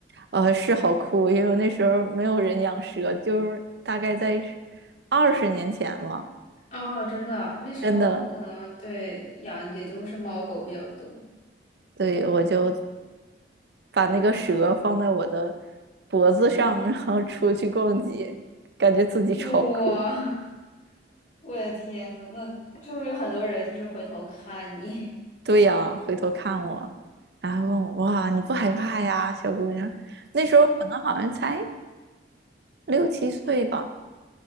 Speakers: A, on the right (about 65°); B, on the left (about 45°).
A: 呃，是好酷，因为那时候没有人养蛇，就是大概在二十年前吧，
B: 啊！真的啊，那时候可能对养也就是猫狗比较多。
A: 真的，对，我就把那个蛇放在我的脖子上，然后出去逛街，感觉自己超酷。
B: 哇 <laughs>，我的天呐，那是不是有很多人就是回头看你？
A: 对呀，回头看我，然后问我，哇，你不害怕呀，小姑娘？那时候可能好像才六七岁吧，